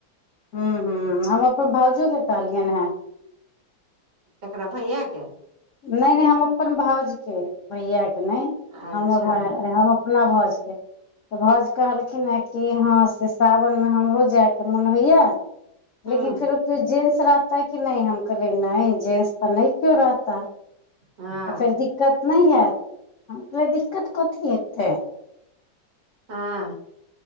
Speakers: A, on the left; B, on the right.
A: हूँ हूँ हम अपन भाईजी के कहलियनि हे
B: एकरा भैया के
A: नै नै हम अपन भाउज के भैयाके नै
B: अच्छा
A: हम भाय हम अपना भावज के तऽ भौउज कहलखिन हे कि हँ से सावनमे हमरो जायके मोन होइए
B: हूँ
A: लेकिन फेरो कियो जेस रहता कि नै हम कहलियै नहि जेस तऽ नहि क्यो रहता
B: हँ
A: तऽ फेर दिक्कत नहि हायत हम कऽ दिक्कत कथी हेतै
B: हँ।